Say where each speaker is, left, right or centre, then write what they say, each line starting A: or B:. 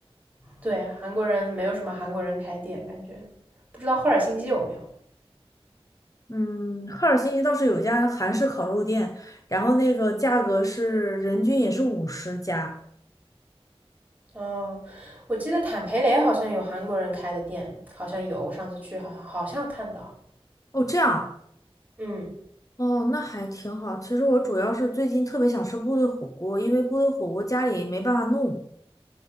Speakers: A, on the right; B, on the left.
A: 对，韩国人没有什么韩国人开店，感觉不知道赫尔辛基有没有。
B: 嗯，赫尔辛基倒是有一家韩式烤肉店，然后那个价格是人均也是五十加。
A: 哦，我记得坦培雷好像有韩国人开的店，好像有，我上次去好像好像看到。
B: 哦，这样啊，
A: 嗯，
B: 哦，那还挺好。其实我主要是最近特别想吃部队火锅，因为部队火锅家里没办法弄，